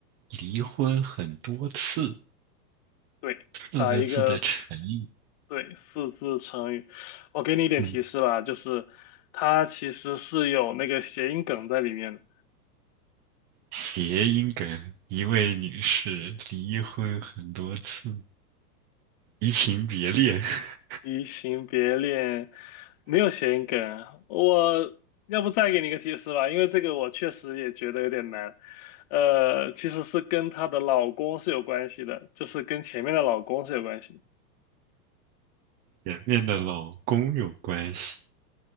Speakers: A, on the right; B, on the left.
A: 离婚很多次，
B: 对，
A: 四个字的成语，
B: 打一个四，对，四字成语。我给你一点提示吧，
A: 嗯，
B: 就是它其实是有那个谐音梗在里面的。
A: 谐音梗。一位女士离婚很多次，移情别恋，<laughs>
B: 移情别恋没有谐音梗啊我要不再给你个提示吧，因为这个我确实也觉得有点难。呃，其实是跟她的老公是有关系的，就是跟前面的老公是有关系的
A: 前面的老公有关系，